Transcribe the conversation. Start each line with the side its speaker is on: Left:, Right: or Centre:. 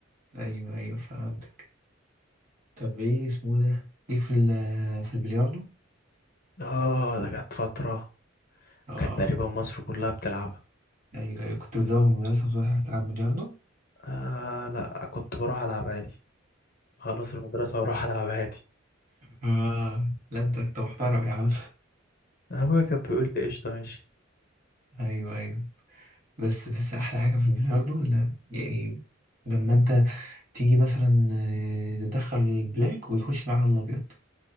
Right: ايوه ايوه فهمتك طب ايه اسمه ده ليك في ال- في البلياردو
Left: اه ده كانت فترة
Right: اه
Left: كانت تقريبا مصر كلها بتلعبها
Right: ايوو ايوه كنت بتزوغ من المدرسة وتروح تلعب بلياردو
Left: آه لا كنت بروح العب عادي خلص المدرسة واروح العب عادي
Right: اه لا انت انت محترم يا عم
Left: ابويا كان بيقول لي قشطة ماشي
Right: <laughs> ايوه ايوه بس بس احلى حاجه في البلياردو لا يعني لما انت تيجي مثلا آه، تدخل البلاك ويخش معاها الابيض